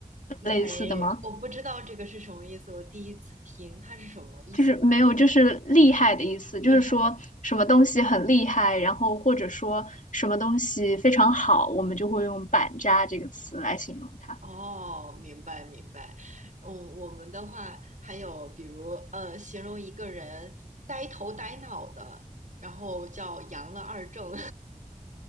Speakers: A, on the right; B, on the left.
A: 嗯，
B: 类似的吗？
A: 没，我不知道这个是什么意思，我第一次听，他是什么意思？
B: 就是没有，就是厉害的意思，
A: 厉害的。
B: 就是说什么东西很厉害，然后或者说什么东西非常好，我们就会用“板扎”这个词来形容它。
A: 哦，明白明白。嗯，我们的话还有比如呃，形容一个人呆头呆脑的，然后叫“阳了二正”，